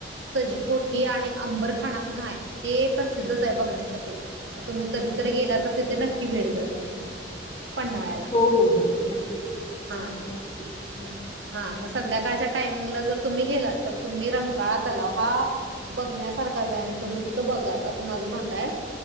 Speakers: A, on the right (about 80°); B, on the left (about 30°).
A: सजी कोठी आणि अंबरखाना म्हणून आहे ते प्रसिद्धच आहे बघण्यासाठी तर तुम्ही कधीतरी गेला तर तिथे नक्की भेट द्या तुम्ही पन्हाळ्याला.
B: हो हो हो नक्की
A: हा हा
B: नक्की नक्की
A: हम्म मग संध्याका काळच्या टाइमिंगला जर तुम्ही गेलात तर तुम्ही रंकाळा तलाव हा बघण्यासारखाच आहे आणि तुम्ही तिथं बघाचं असं माझं मत आहे